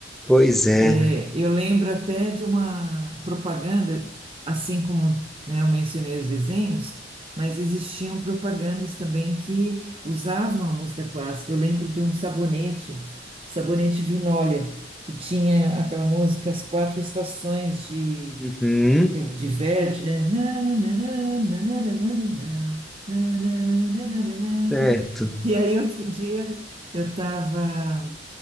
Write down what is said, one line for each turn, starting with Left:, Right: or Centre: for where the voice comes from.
Centre: Pois é.
Right: É, eu lembro até de uma propaganda, assim como, né, eu mencionei os desenhos, mas existiam propagandas também que usavam a música clássica. Eu lembro de um sabonete, sabonete Vinólia, que tinha aquela música As Quatro Estações de,
Centre: Uhum,
Right: acho que é de Verdi, né? Na, na, na, na, na, na, na, na, na, na, na, na, na,
Centre: certo.
Right: na, na. E aí, outro dia, eu estava.